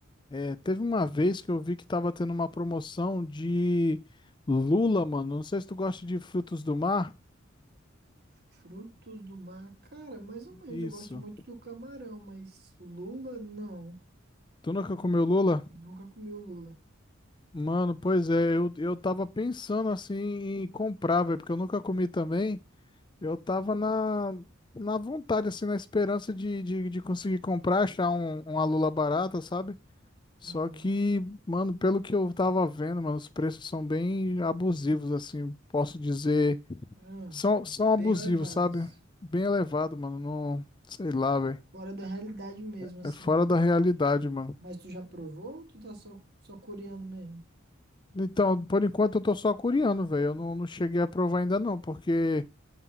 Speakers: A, on the left (about 25°); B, on the right (about 55°).
A: é, teve uma vez que eu vi que tava tendo uma promoção de lula, mano. Não sei se tu gosta de frutos do mar.
B: Frutos do mar, cara, mais ou menos.
A: Isso.
B: Eu gosto muito do camarão, mas lula, não.
A: Tu nunca comeu lula?
B: Nunca comi o lula.
A: Mano, pois é, eu, eu tava pensando assim em comprar, velho, porque eu nunca comi também. Eu tava na, na vontade, assim, na esperança de, de, de conseguir comprar, achar um, uma lula barata, sabe? Só
B: Uhum.
A: que, mano, pelo que eu tava vendo, mano, os preços são bem abusivos, assim, posso dizer.
B: Ah,
A: São, são abusivos,
B: bem elevados.
A: sabe? Bem elevado, mano. Não, sei lá, velho.
B: Fora da realidade mesmo, assim,
A: É fora
B: né?
A: da realidade, mano.
B: Mas tu já provou ou tu tá só, só curiando mesmo?
A: Então, por enquanto eu tô só curiando, velho. Eu não, não cheguei a provar ainda não, porque